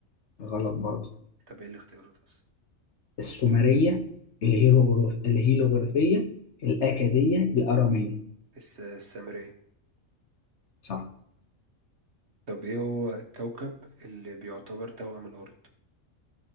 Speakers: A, on the left; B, on the right.
A: غلط برضه
B: طب إيه الاختيارات أصلا
A: السومرية الهيروغروف الهيروغليفية الاكادية الارامية
B: الس- السامري
A: صح
B: طب إيه هو الكوكب اللي بيعتبر توأم الأرض